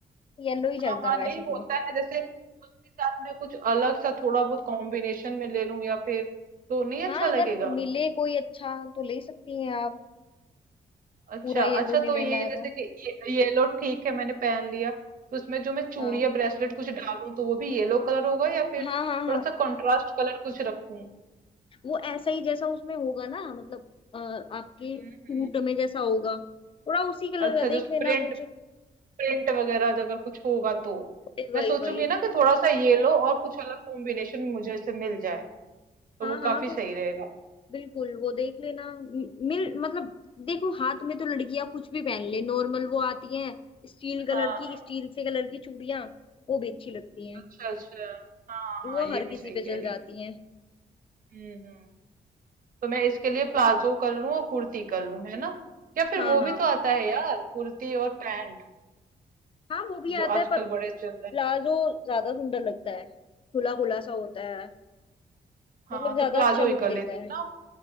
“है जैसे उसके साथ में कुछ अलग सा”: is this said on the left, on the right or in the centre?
Right